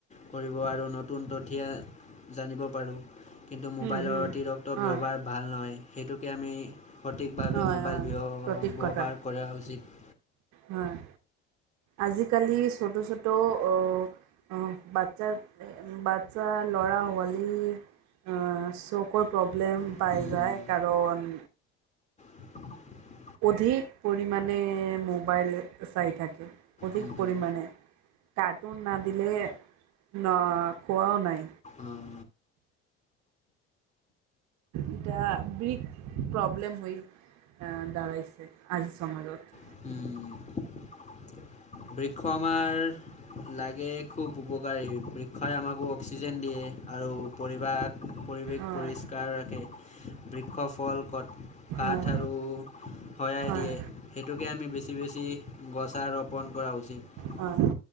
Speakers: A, on the left; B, on the right.
A: কৰিব আৰু নতুন তথীয়া জানিব পাৰো কিন্তু মোবাইলৰ
B: হুম হুম
A: অতিৰিক্ত
B: হয়
A: ব্যৱহাৰ ভাল নহয় সেইটোকে আমি সঠিকভাৱে
B: হয়
A: মোবাইল
B: হয়
A: ব্য
B: সঠিক
A: ব্যৱহাৰ
B: কথা
A: কৰা উচিত
B: হয় আজিকালি ফটো ছটো অ অ বাদচা বাদছা লৰা হোৱা উম অ চকুৰ প্ৰব্লেম
A: উম,
B: পাই যায় কাৰণ
A: <unintelligible>
B: অধিক পৰিমাণে মোবাইল চাই থাকে, অধিক
A: উম, উম,
B: পৰিমাণে কানুন না পিলে ন খোৱাও নাই
A: অ',
B: ইটাহ বিগ প্ৰব্লেম হৈ বাৰইছে আজিৰ সমাজত
A: উম বৃক্ষ আমাৰ লাগে খুব উপকাৰী বৃক্ষই আমাক অক্সিজেন দিয়ে আৰু পৰিবাক পৰিৱেশ
B: অঁ
A: পৰিষ্কাৰ ৰাখে বৃক্ষ ফল কত কাঠ
B: অঁ
A: আৰু শৰাই
B: অঁ
A: দিয়ে সেইটোকে আমি বেছি বেছি গছ আৰু পণ কৰা উচিত
B: হয় হয়